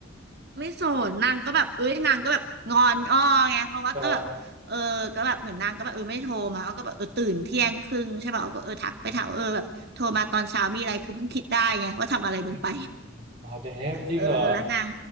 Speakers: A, on the right; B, on the right.
A: ไม่สนนางก็แบบเอ้ยนางก็แบบงอนอ้อไงเพราะว่าก็แบบเออก็แบบเหมือนนางก็แบบเออไม่โทรมาเขาก็แบบเออตื่นเที่ยงครึ่งใช่ป่ะาก็เออทักไปถามเออแบบโทรมาตอนเช้ามีอะไรคือเพิ่งคิดได้ไงว่าทำอะไรลงไป
B: ครับอืมอืมอืมอืมอ๋อ damn จริงเหรอ
A: เออแล้วนาง